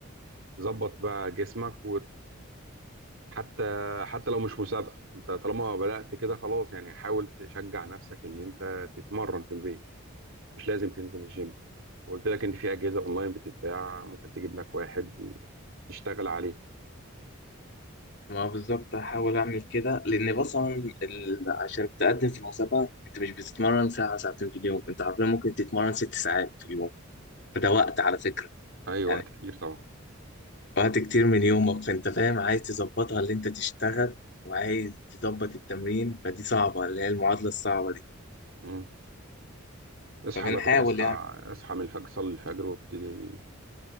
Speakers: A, on the right; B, on the left.
A: تظبط بقى جسمك وت... حتى حتى لو مش مسابقة انت طالما بدأت كده خلاص يعني حاول تشجع نفسك ان انت تتمرن في البيت مش لازم تنزل الجيم وقلت لك ان في أجهزة اونلاين بتتباع ممكن تجيب لك واحد ي- تشتغل عليه
B: ما بالظبط هحاول اعمل كده لان مثلا ال... عشان تقدم في المسابقه انت مش بتتمرن ساعه ساعتين في اليوم انت عارفين ممكن تتمرن ست ساعات في اليوم فده وقت على فكره
A: اي وقت
B: يعني
A: كتير طبعا
B: وقت كتير من يومك فانت فاهم عايز تظبطها اللي انت تشتغل وعايز تظبط التمرين فدي صعبه اللي هي المعادله الصعبه دي
A: مم. اصحى
B: فبنحاول
A: بدري اصحى
B: يعني
A: اصحى من الفجر صلي الفجر وابتدي